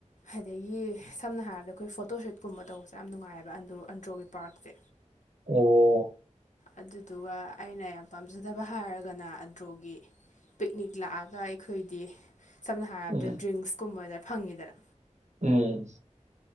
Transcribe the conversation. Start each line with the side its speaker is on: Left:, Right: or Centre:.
Left: ꯑꯗꯒꯤ ꯁꯝꯅ ꯍꯥꯏꯔꯕꯗ ꯑꯩꯈꯣꯏ ꯐꯣꯇꯣꯁꯨꯠ ꯀꯨꯝꯕ ꯇꯧꯕꯁꯦ ꯌꯥꯝ ꯅꯨꯡꯉꯥꯏꯑꯦꯕ ꯑꯟꯗ꯭ꯔꯣ ꯑꯟꯗ꯭ꯔꯣꯒꯤ ꯄ꯭ꯔꯥꯛꯁꯦ꯫
Right: ꯑꯣ꯫
Left: ꯑꯗꯨꯗꯨꯒ ꯑꯩꯅ ꯌꯥꯝ ꯄꯥꯝꯖꯗꯕ ꯍꯥꯏꯔꯒꯅ ꯑꯟꯗ꯭ꯔꯣꯒꯤ ꯄꯤꯛꯅꯤꯛ ꯂꯥꯛꯑꯒ ꯑꯩꯈꯣꯏꯗꯤ ꯁꯝꯅ ꯍꯥꯏꯔꯕꯗ
Right: ꯎꯝ
Left: ꯗ꯭ꯔꯤꯡꯁ ꯀꯨꯝꯕꯗ ꯍꯪꯏꯗꯅ꯫
Right: ꯎꯝ,